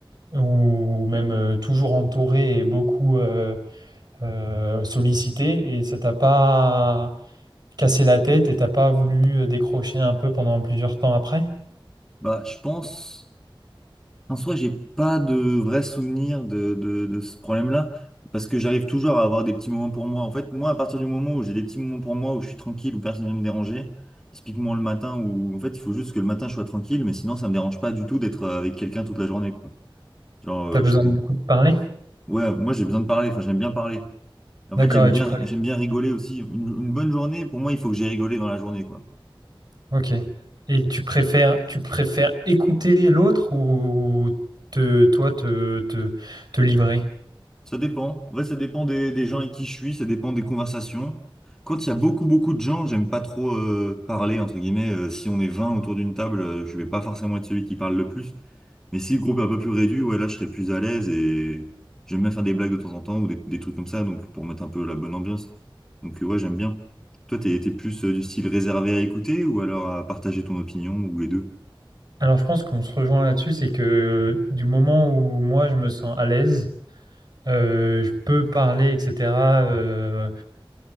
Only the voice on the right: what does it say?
ou même euh, toujours entouré et beaucoup euh, euh, sollicité, et ça t'a pas cassé la tête et t'as pas voulu euh, décrocher un peu pendant plusieurs temps après?
T'as besoin
de beaucoup de parler?
D'accord,
et
tu préfères.
Ok. Et tu préfères, tu préfères écouter l'autre ou te, toi te, te, te livrer?
Alors je pense qu'on se rejoint là-dessus, c'est que du moment où moi je me sens à l'aise, euh, je peux parler, etc. euh,